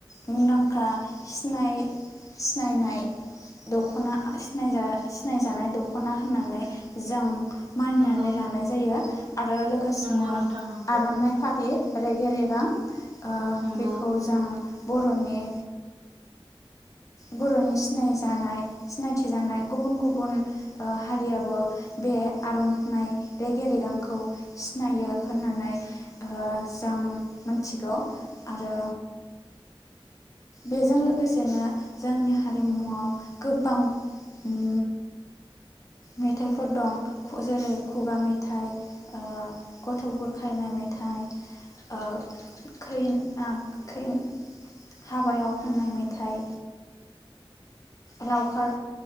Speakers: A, on the left (about 35°); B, on the right (about 60°).
A: मुंदांखा सिना सिनायनाय दखना सिनाय सिनायजानाय दखना होननानै जों मानिनानै
B: नंगौ
A: लानाय जायो आरो लोगोसेनो
B: नंगौ नोंथां नंगौ
A: आरनाइ फालि रेगे रेगां ओ
B: नंगौ
A: बेखौ जों बरनि बरनि सिनायजानाय सिनायथि जानाय गुबुन गुबुन ओ हारियाबो बे आरनाइ रेगे रेगांखौ सिनायो होननानै ओ जों मिथिगौ आरो बेजों लोगोसेनो जोंनि हारिमुआव गोबाव ओम मेथाइफोर दं जेरै खुगा मेथाइ ओ गथ' बुर खायनाय मेथाइ ओ खै ना खैन हाबायाव खननाय मेथाइ लावखार